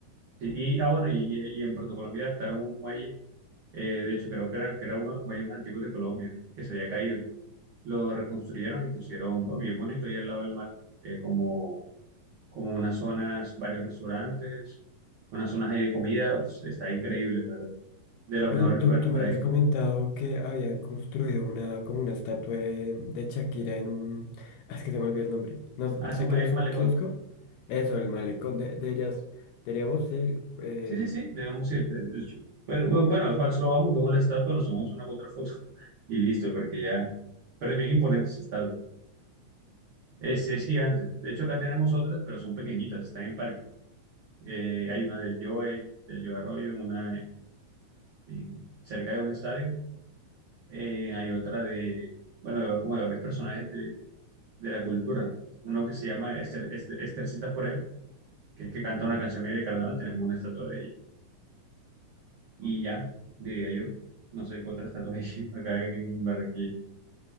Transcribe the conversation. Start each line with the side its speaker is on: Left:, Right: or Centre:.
Right: Sí, y, ah, bueno, y, y- y en Puerto Colombia adaptaron un muelle, eh, de hecho creo que era, que era uno de los muelles más antiguos de Colombia, que se había caído. Lo reconstruyeron y pusieron, oh, bien bonito, ahí al lado del mar, eh, como, como unas zonas, varios restaurantes, unas zonas ahí de comida, Uf, está increíble, la verdad. De los mejores
Left: Oye, tú,
Right: lugares
Left: tú
Right: para
Left: me habías
Right: ir.
Left: comentado que habían construido una, como una estatua de, de Shakira en un... ah, Es que se me olvidó el nombre. No, sé
Right: Ah, es
Left: sé
Right: un-
Left: que
Right: en
Left: no es
Right: un
Left: un
Right: malecón.
Left: kiosco. Eso, el malecón de, de ellas. Deberíamos ir. em,
Right: Sí, sí, sí, debemos ir, de, de hecho. Bueno, bu- bueno, igual solo vamos, vemos la estatua, nos tomamos una u otra foto <laughs> y listo, porque ya... Pero es bien imponente esa estatua. Es, es gigante. De hecho, acá tenemos otras, pero son pequeñitas, están en parque. Eh, hay una del Joe, del Joe Arroyo, en una, en- cerca de un estadio. Eh, hay otra de, bueno, de- como de varios personajes de, de la cultura. Uno que se llama Esther, Esther- Estercita Forero, que es que canta una canción ahí de carnaval, tenemos una estatua de ella. y ya, diría yo. No sé qué otra estatua hay <laughs> acá en Barranquilla.